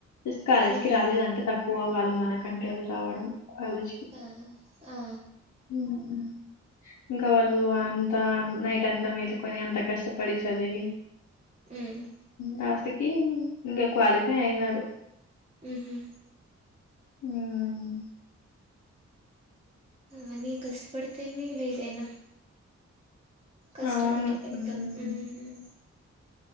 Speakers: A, on the left (about 80°); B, on the right (about 20°).
A: జస్ట్ కాలేజ్
B: హ్మ్
A: కి రాలేదు అంటే తక్కువ వాళ్ళు మనకంటే అళ రావడం కాలేజ్ కి
B: ఆ ఆ
A: ఉమ్ హు ఇంకా వాళ్ళు అంతా నైట్ అంతా మేలుకొని అంత కష్టపడి చదివి
B: హ్మ్
A: లాస్ట్కి ఇంకా క్వాలిఫై అయినారు
B: ఉమ్ హు
A: ఉమ్
B: మరి కష్టపడితేనేలే ఏదైనా కష్టానికి
A: అవును
B: ఫలితం
A: ఉమ్,
B: ఊమ్